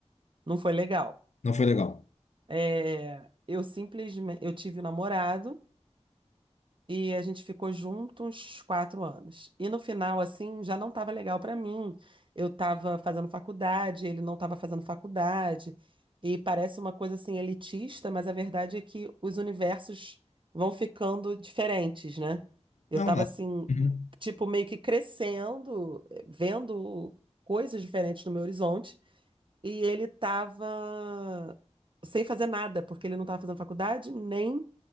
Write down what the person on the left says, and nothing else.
não foi legal.
Não,
nada.
Uhum.